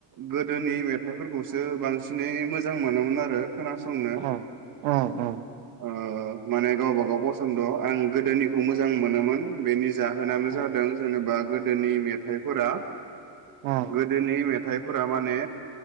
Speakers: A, on the right (about 40°); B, on the right (about 75°).
A: गोदोनि मेथाइफोरखौसो बांसिनै मोजां मोनोमोन आरो खोनासंनो।
B: ओं ओं ओं
A: ओ माने गावबा गाव बस न्द' आं गोदोनिखौ मोजां मोनोमोन बेनि जाहोनानो जादों
B: ओं
A: जेनेबा गो नि मेथाइफोरा
B: ओं
A: गोदोनि मेथाइफोरा माने